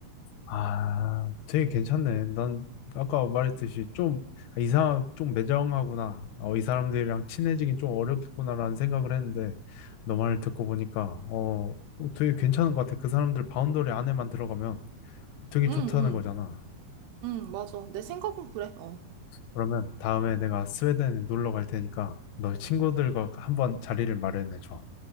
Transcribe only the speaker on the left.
아, 되게 괜찮네. 난 아까 말했듯이 좀 이상 좀 매정하구나. 어, 이 사람들이랑 친해지긴 좀 어렵겠구나라는 생각을 했는데 너 말을 듣고 보니까 어, 어, 되게 괜찮은 것 같아. 그 사람들 바운더리 안에만 들어가면 되게
좋다는
거잖아.
그러면 다음에 내가 스웨덴에 놀러 갈 테니까 너 친구들과 한번 자리를 마련해줘.